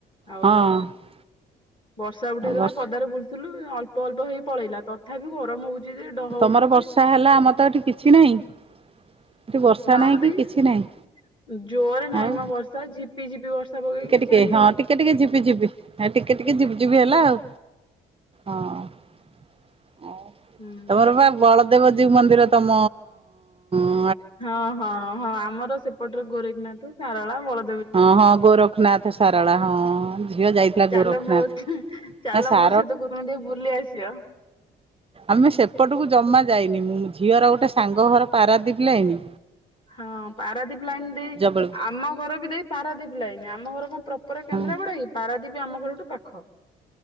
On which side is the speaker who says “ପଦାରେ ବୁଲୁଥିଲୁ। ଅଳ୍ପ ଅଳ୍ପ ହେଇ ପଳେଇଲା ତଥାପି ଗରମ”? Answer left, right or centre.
Left